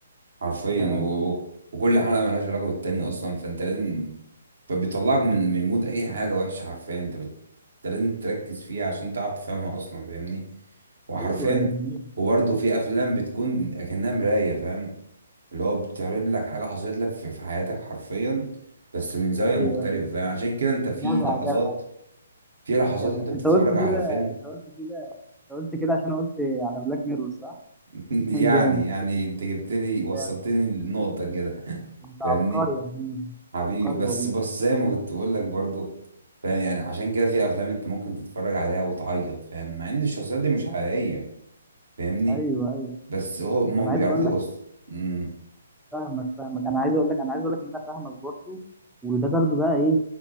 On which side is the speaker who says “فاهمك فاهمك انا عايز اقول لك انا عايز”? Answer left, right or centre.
Centre